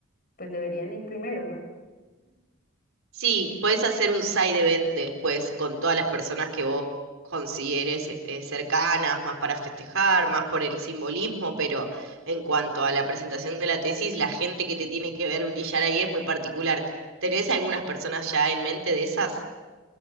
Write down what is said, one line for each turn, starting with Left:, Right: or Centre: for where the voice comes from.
Left: pues deberían ir primero, ¿no?
Right: Sí, puedes hacer un side event después con todas las personas que vos consideres eh, eh, cercanas, más para festejar, más por el simbolismo, pero en cuanto a la presentación de la tesis, la gente que te tiene que ver brillar ahí es muy particular. ¿Tenés algunas personas ya en mente de esas?